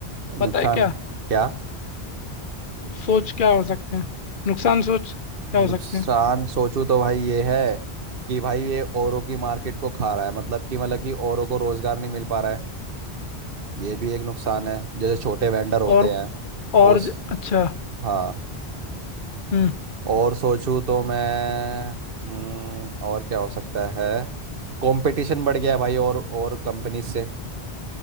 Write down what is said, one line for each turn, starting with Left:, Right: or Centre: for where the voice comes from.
Left: पता
Right: नुकसान
Left: है क्या
Right: क्या
Left: सोच क्या हो सकते हैं नुकसान सोच क्या हो
Right: नुकसान
Left: सकते हैं
Right: सोचूं तो भाई ये है कि भाई ये औरों की मार्केट को खा रहा है मतलब कि मतलब कि औरों को रोजगार नहीं मिल पा रहा है ये भी एक नुकसान है जैसे छोटे वेंडर होते
Left: और
Right: हैं
Left: और
Right: वो स-
Left: ज- अच्छा
Right: हाँ
Left: हम्म
Right: और सोचूं तो मैं हम्म, और क्या हो सकता है कंपटीशन बढ़ गया है भाई और और कंपनीज से